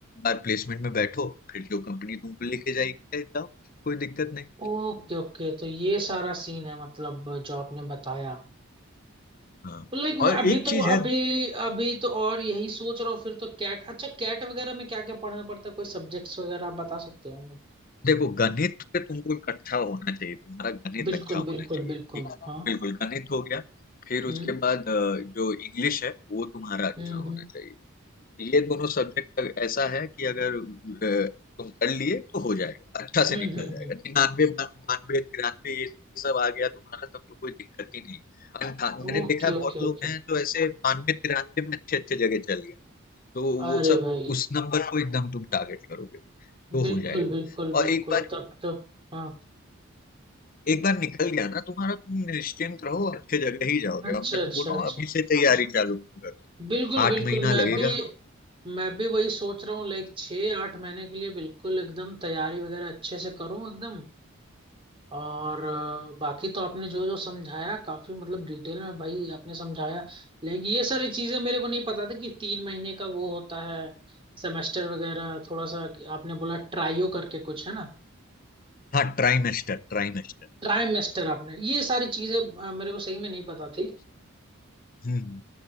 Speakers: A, on the left (about 40°); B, on the right (about 25°).
A: बार प्लेसमेंट में बैठो फिर जो कंपनी तुमको लेके जाएगी जाओ कोई दिक्कत नहीं
B: ओके ओके तो ये सारा सीन है मतलब जो आपने बताया
A: हाँ
B: तो लाइक
A: और
B: अभी
A: एक
B: तो
A: चीज है
B: अभी अभी तो और यही सोच रहा हूँ फिर तो कैट अच्छा कैट वगैरह में क्या क्या पढ़ना पड़ता है कोई सब्जेक्ट्स वगैरह आप बता सकते हो
A: देखो गणित पे तुमको एक अच्छा होना चाहिए तुम्हारा गणित
B: बिल्कुल
A: अच्छा
B: बिल्कुल
A: होना चाहिए
B: बिल्कुल
A: ठीक
B: हाँ
A: बिल्कुल गणित हो गया फिर
B: हम्म
A: उसके बाद अ, जो इंग्लिश है वो तुम्हारा अच्छा
B: हम्म
A: होना
B: हम्म
A: चाहिए ये दोनों सब्जेक्ट ऐसा है कि अगर अ, तुम कर लिए तो हो जाएगा अच्छा
B: हम्म
A: से निकल
B: हम्म
A: जाएगा
B: हम्म।
A: निन्यानवे बानवे तिरानवे ये सब आ गया तुम्हारा तब तो कोई दिक्कत ही नहीं अंठा मैंने
B: ओके
A: देखा है
B: ओके
A: बहुत
B: ओके
A: लोग हैं जो ऐसे बानवे तिरानवे में अच्छे अच्छे जगह चल गए तो
B: अरे
A: वो सब
B: भाई
A: उस नंबर को एकदम तुम टारगेट करोगे तो
B: बिल्कुल
A: हो जाएगा
B: बिल्कुल बिल्कुल
A: और एक बात
B: तब तो हाँ
A: एक बार निकल गया ना तुम्हारा तुम निश्चिंत रहो अच्छे जगह ही जाओगे
B: अच्छा
A: और मैं
B: अच्छा
A: तो बोल रहा
B: अच्छा
A: हूँ अभी से हाँ तैयारी चालू कर दो
B: बिल्कुल बिल्कुल
A: आठ महीना
B: मैं
A: लगेगा
B: भी मैं भी वही सोच रहा हूँ लाइक छः आठ महीने के लिए बिल्कुल एकदम तैयारी वगैरह अच्छे से करूँ एकदम और अ, बाकी तो आपने जो जो समझाया काफी मतलब डिटेल में भाई आपने समझाया लेकिन ये सारी चीजें मेरे को नहीं पता था कि तीन महीने का वो होता है सेमेस्टर वगैरह थोड़ा सा कि आपने बोला ट्राइयो करके कुछ है ना
A: हाँ ट्राइमेस्टर ट्राइमेस्टर
B: ट्राइमेस्टर आपने ये सारी चीजें अ, मेरे को सही में नहीं पता थी
A: हम्म हम्म।